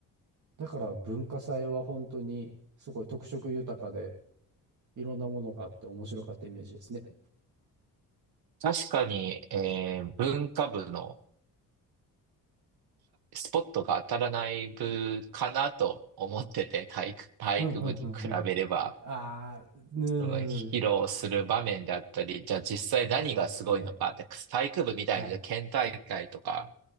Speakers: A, on the right (about 50°); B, on the right (about 75°).
A: だから文化祭は本当にすごい特色豊かでいろんなものがあって面白かったイメージですね。
B: 確かに、えー文化部のスポットが当たらない部かなと思ってて、体育、体育部に比べれば、
A: うんうんうんうん。ああ、うん、
B: その披露する場面であったり、じゃあ実際何がすごいのか、
A: そうですね。
B: で体育部みたいに県大会とか、
A: はい。